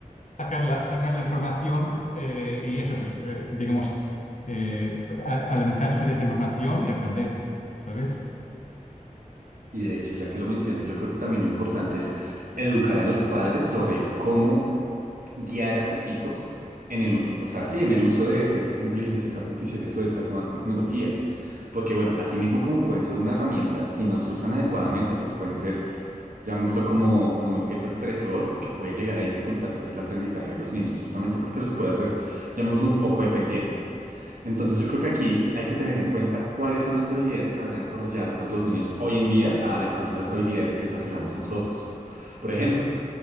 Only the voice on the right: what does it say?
Y de hecho, ya que lo mencionas, yo creo que también lo importante es educar a los padres sobre cómo guiar a sus hijos en el útil, o sea, sí, en el uso de, de estas inteligencias artificiales o de estas nuevas tecnologías. Porque bueno, asimismo como pueden ser una herramienta, si no se usan adecuadamente, pues pueden ser llamémoslo como, como un objeto estresor o que puede llegar a dificultar pues el aprendizaje de los niños, justamente porque los puede hacer, llamémoslo un poco dependientes. Entonces yo creo que aquí hay que tener en cuenta cuáles son las habilidades que van a desarrollar pues los niños hoy en día a de pronto las habilidades que desarrollamos nosotros. Por ejemplo,